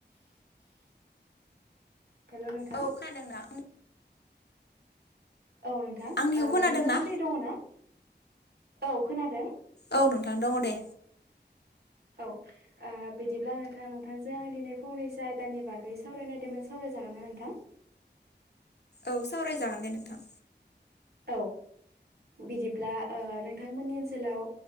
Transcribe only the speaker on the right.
हेल' नोंथां
औ नोंथां
ओ
नोंथाङा
फ्रि दङ ना औ खोनादों
औ ओ बिदिब्ला नोंथां नोंथांजों आं दिनै फंनैसो आयदानि बागै सावरायनायदोंमोन सावराय जागोना नोंथां
औ बिदिब्ला ओ नोंथांमोननि ओनसोलाव